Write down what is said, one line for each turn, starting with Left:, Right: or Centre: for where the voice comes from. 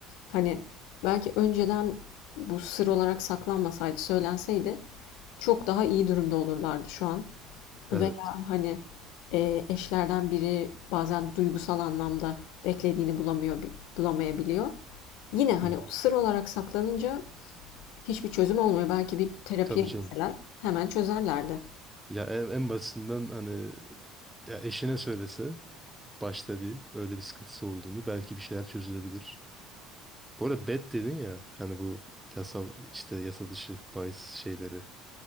Left: Hani belki önceden bu sır olarak saklanmasaydı, söylenseydi çok daha iyi durumda olurlardı şu an.
Centre: Evet.
Left: Veya hani e, eşlerden biri bazen duygusal anlamda beklediğini bulamıyor, bi- bulamayabiliyor. Yine hani
Centre: Hı hı.
Left: o sır olarak saklanınca hiçbir çözüm olmuyor. Belki bir terapiye
Centre: Tabii
Left: gitseler
Centre: canım.
Left: hemen çözerlerdi.
Centre: Ya en, en basitinden hani ya eşine söylese başta bir öyle bir sıkıntısı olduğunu belki bir şeyler çözülebilir. Bu arada bet dedin ya hani bu yasal işte yasa dışı bahis şeyleri.